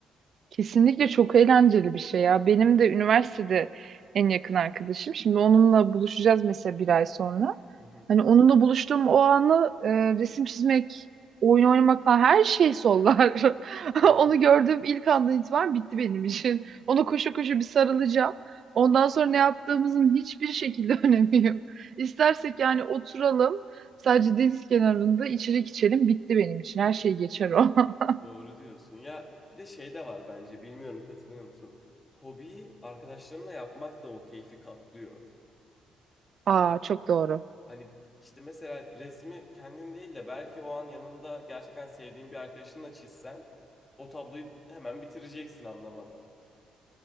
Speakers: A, on the right; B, on the left.
A: Kesinlikle çok eğlenceli bir şey ya. Benim de üniversitede en yakın arkadaşım. Şimdi onunla buluşacağız mesela bir ay sonra.
B: Hı hı.
A: Hani onunla buluştuğum o anı e, resim çizmek, oyun oynamak falan her şey sollar. <laughs>
B: Doğru,
A: Onu gördüğüm ilk andan itibaren bitti benim için. Ona koşa koşa bir sarılacağım. Ondan sonra ne yaptığımızın hiçbir şekilde <laughs> önemi yok. İstersek yani oturalım, sadece deniz kenarında içecek içelim bitti benim için. Her şey geçer o. <laughs>
B: doğru diyorsun. Ya bir de şey de var bence. Bilmiyorum katılıyor musun? Hobiyi arkadaşlarınla yapmak da o keyfi katlıyor.
A: Aa
B: Yani
A: çok doğru.
B: hani işte mesela resmi kendin değil de belki o an yanında gerçekten sevdiğin bir arkadaşınla çizsen o tabloyu hemen bitireceksin anlamadan.